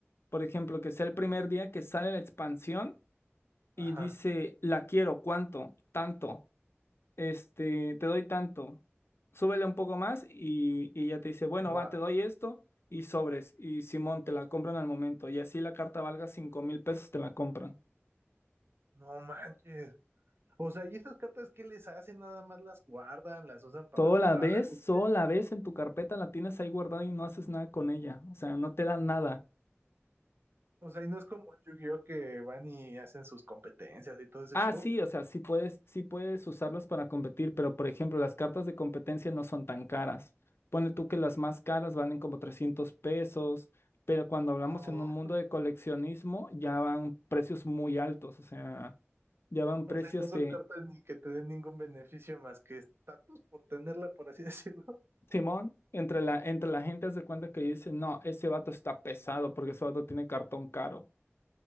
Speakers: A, on the left; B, on the right.
A: por ejemplo, que sea el primer día que sale la expansión
B: Ajá.
A: y dice, la quiero, ¿cuánto? Tanto. este, te doy tanto, súbele un poco más y, y ya te dice, bueno,
B: Ahí
A: va,
B: va.
A: te doy esto y sobres, y Simón, te la compran al momento, y así la carta valga cinco mil pesos, te la compran.
B: No manches. O sea, ¿y esas cartas qué les hacen? Nada más las guardan, las usan para
A: Solo
B: jugar.
A: la ves,
B: ¿o
A: solo
B: qué?
A: la ves en tu carpeta, la tienes ahí guardada y no haces nada con ella, o sea, no te da nada,
B: O sea, y no es como Yu-Gi-Oh que van y hacen sus competencias y todo ese
A: Ah,
B: show.
A: sí, o sea, sí puedes, sí puedes usarlas para competir, pero por ejemplo, las cartas de competencia no son tan caras. Ponle tú que las más caras valen como 300 pesos, pero cuando hablamos
B: No.
A: en un mundo de coleccionismo ya van precios muy altos, o sea, ya van precios
B: O sea, y no son
A: de
B: cartas ni que te den ningún beneficio más que estatus por tenerla, por así <laughs> decirlo.
A: Simón, entre la, entre la gente haz de cuenta que dice, no, ese vato está pesado porque ese vato tiene cartón caro.